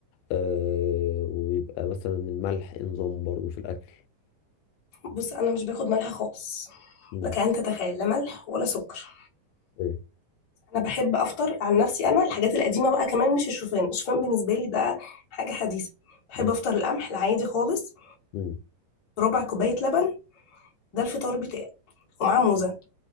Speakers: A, on the left (about 90°); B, on the left (about 45°).
A: آه ويبقى مثلا الملح إيه نظام برضو في الاكل
B: بص أنا مش باخد ملح خالص
A: امم
B: لك أن تتخيل لا ملح ولا سكر
A: ايه
B: أنا بحب أفطر عن نفسي أنا الحاجات القديمة بقى كمان مش الشوفان الشوفان بالنسبة لي ده حاجة حديثة بحب
A: امم
B: أفطر القمح العادي خالص
A: امم
B: ربع كوباية لبن ده الفطار بتاعي ومعاه موزة